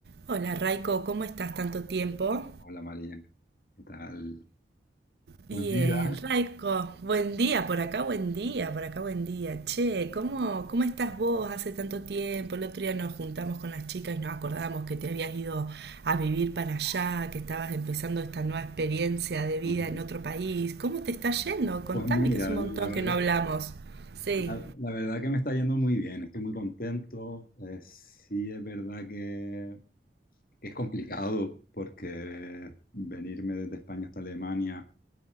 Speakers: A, on the right; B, on the left.
A: Hola Raiko, ¿cómo estás tanto tiempo?
B: Hola María, ¿qué tal? Pues
A: Bien,
B: mira,
A: Raiko, buen día por acá, buen día, por acá, buen día. Che, ¿cómo, cómo estás vos hace tanto tiempo? El otro día nos juntamos con las chicas y nos acordamos que te habías ido a vivir para allá, que estabas empezando esta nueva experiencia de
B: pues,
A: vida en otro país. ¿Cómo te está yendo? Contame
B: pues mira,
A: que hace un
B: la
A: montón
B: verdad,
A: que no hablamos. Sí.
B: la, la verdad que me está yendo muy bien, estoy muy contento. Eh, sí es verdad que, que es complicado porque venirme desde España hasta Alemania,